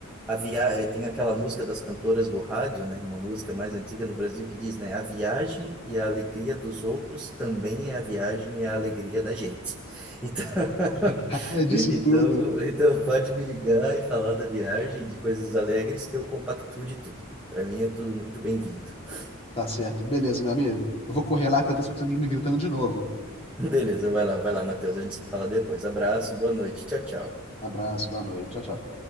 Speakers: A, in the centre; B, on the left.
A: a via... eh, Tem aquela música das cantoras do rádio, né? Uma música mais antiga no Brasil que diz, né? A viagem e a alegria dos outros também é a viagem e a alegria da gente. Então, <laughs>
B: <laughs> Disso
A: então,
B: tudo.
A: então pode me ligar e falar da viagem, de coisas alegres, que eu compactuo de tudo. Para mim é tudo muito bem-vindo. <laughs>
B: Tá certo. Beleza, meu amigo. Eu vou correr lá que eu tô escutando ele me gritando de novo.
A: Beleza, vai lá, vai lá, Matheus. A gente se fala depois. Abraço, boa noite. Tchau, tchau.
B: Abraço, boa noite. Tchau, tchau.